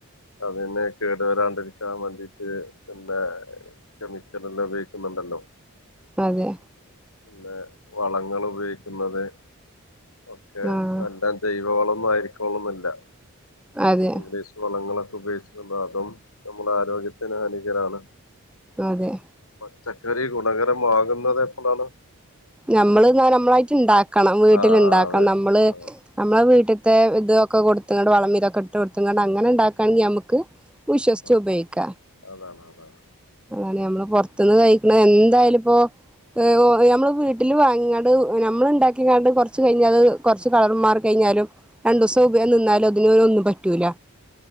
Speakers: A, on the left (about 75°); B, in the centre.
A: അതിനെ കേടു വരാണ്ടിരിക്കാൻ വേണ്ടിട്ട് പിന്നെ കെമിക്കലെല്ലാ ഉപയോഗിക്കുന്നുണ്ടല്ലോ.
B: അതെ
A: പിന്നെ വളങ്ങൾ ഉപയോഗിക്കുന്നത് ഒക്കെ
B: ആഹ്
A: എല്ലാം ജൈവവളം മായിരിക്കോണോന്നില്ല
B: അതെ
A: ഇംഗ്ലീഷ് വളങ്ങളൊ ഉപയോഗിച്ച് <unintelligible> നമ്മുടെ ആരോഗ്യത്തിന് ഹാനികരാണ്.
B: അതെ.
A: പച്ചക്കറി ഗുണകരമാക്ന്നത് എപ്പളാണ്.
B: നമ്മള് ന്നാ നമ്മളായിട്ട് ഇണ്ടാക്കണം വീട്ടിലിണ്ടാക്കണം,
A: ആ വീട്ടിൽ
B: നമ്മള്
A: അതെ
B: നമ്മളെ വീട്ട് ത്തെ ഇത് ഒക്കെ കൊട്ത്ത്കാണ്ട് വളമിതൊക്കെ ഇട്ട് കൊട്ത്ത് കാണ്ട് അങ്ങനെ ഇണ്ടാക്കാൻങ്കി നമ്മക്ക് വിശ്വാസ്ച്ച്
A: ആ
B: ഉപയോയിക്ക.
A: അതാണ് അതാണ്
B: അങ്ങനെ നമ്മള് പൊറത്ത്ന്ന് കഴിക്ക്ണ എന്തായാലും ഇപ്പോ എ ഒ ഞമ്മള് വീ ട്ടില് വാങ്ങി കാണ്ട് നമ്മള് ഇണ്ടാക്കിക്കാണ്ട് കൊറച്ച് കഴിഞ്ഞത് കൊറച്ച് കളറ് മാറി കഴിഞ്ഞാലും രണ്ടൂസം ഉപയോഗം നിന്നാലും അതിന് ഒന്നും പറ്റൂല്ല,